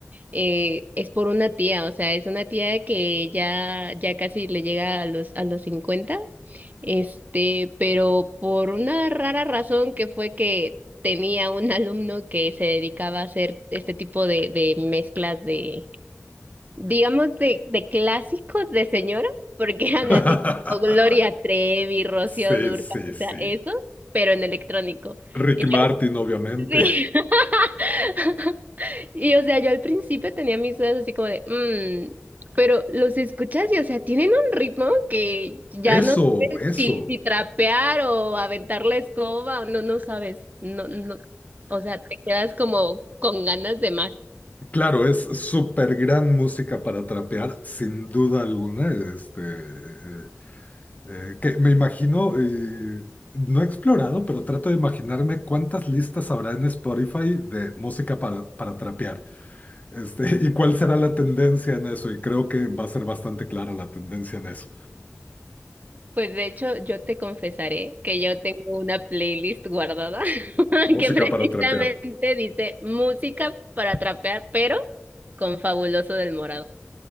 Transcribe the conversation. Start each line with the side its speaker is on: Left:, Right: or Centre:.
Right: eh, es por una tía, o sea, es una tía que ya, ya casi le llega a los, a los 50 este, pero por una rara razón que fue que tenía un alumno que se dedicaba a hacer este tipo de, de mezclas de digamos, de, de clásicos de señora, porque <laughs> eran
Left: <laughs>
Right: así, tipo Gloria Trevi, Rocío
Left: Sí,
Right: Dúrcal,
Left: sí,
Right: o
Left: sí.
Right: sea, eso, pero en electrónico.
Left: Rick
Right: Y yo,
Left: Martin, obviamente.
Right: sí. <laughs> Y o sea, yo al principio tenía mis dudas así como de, "Mm", pero los escuchas y o sea, tienen un ritmo que ya
Left: Eso,
Right: no sabes
Left: eso.
Right: si, si trapear o aventar la escoba, o no, no sabes, no, no, o sea, te quedas como con ganas de más.
Left: Claro, es súper gran música para trapear, sin duda alguna. Este, eh, eh, que me imagino, eh, no he explorado, pero trato de imaginarme cuántas listas habrá en Spotify de música para, para trapear. Este, <laughs> y cuál será la tendencia en eso. Y creo que va a ser bastante clara la tendencia en eso.
Right: Pues de hecho, yo te confesaré que yo tengo una playlist guardada <laughs>
Left: Música
Right: que precisamente
Left: para trapear.
Right: dice música para trapear, pero con Fabuloso del Morado.